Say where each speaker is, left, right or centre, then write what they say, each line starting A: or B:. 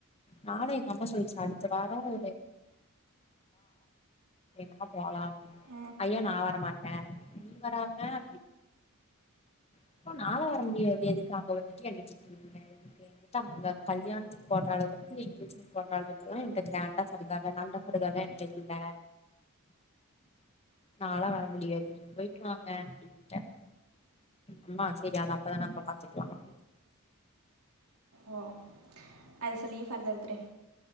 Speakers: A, on the left; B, on the right.
A: நானும் எங்க அம்மா சொல்லிச்சு அடுத்த வார ஹ சாப்டிய்யா
B: ஓ
A: ஐயோ நான் வரமாட்டேன் எங்கட அவேன் அப்போ நா எல்லா வர முடியாது எதுக்கு அங்க வந்துட்டு எந்திற்சி திரும்ப எதுக்கு அங்க கல்யாணத்துக்கு போடுற அளவுக்கு எங்கஜெமென்ட் போடுற அளவுக்கு எல்லா என்கிட்ட கிரான்ட்டா சல்வார் எல்லா இல்ல பார்தா எல்லா எண்ட இல்ல நாலா வர முடியாது நீங்க போயிட்டு வாங்க அப்டின்ட்ட அம்மா செரி அது அபோதான அப்போ பாத்துக்கலாம்
B: ஓ அது சொல்லியே ஃபார்த் எடுத்துட்ட